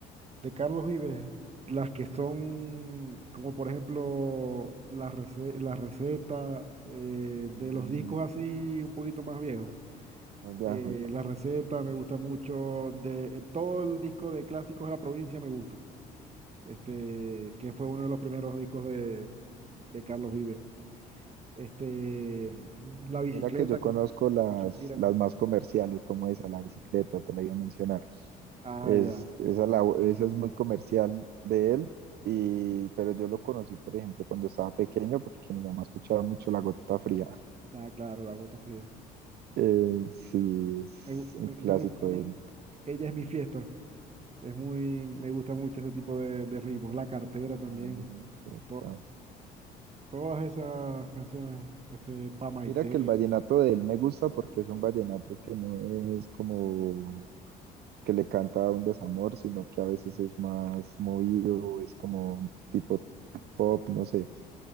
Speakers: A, on the right (about 35°); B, on the right (about 55°).
A: de Carlos Vives, las que son, como por ejemplo, la, rece- la receta eh, de
B: Mm,
A: los discos así un poquito más viejos.
B: Los viejos.
A: Eh, la receta me gusta mucho, de eh, todo el disco de clásicos de la provincia me gusta, este, que fue uno de los primeros discos de, de Carlos Vives. Este, la bicicleta
B: Mira que yo conozco
A: con,
B: las,
A: con Shakira.
B: las más comerciales, como esa, la bicicleta, te la iba a mencionar.
A: Ah,
B: Es,
A: ya,
B: esa, la, esa es muy comercial de él, y, pero yo lo conocí, por ejemplo, cuando estaba pequeño, porque mi mamá escuchaba mucho La Gota Fría. <laughs>
A: ah, claro, la gota fría.
B: Eh, sí, es
A: Me, gu-
B: un
A: me
B: clásico
A: gusta mucho también,
B: de él.
A: Ella es mi fiesta. Es muy, me gusta mucho ese tipo de, de ritmos. La cartera
B: Ah,
A: también.
B: no es mi fiesta.
A: To- todas esas canciones, este, Pa' Maite,
B: Mira que el vallenato de él me gusta porque es un vallenato que no es como que le canta a un desamor, sino que a veces es más movido, es como un tipo pop, no sé,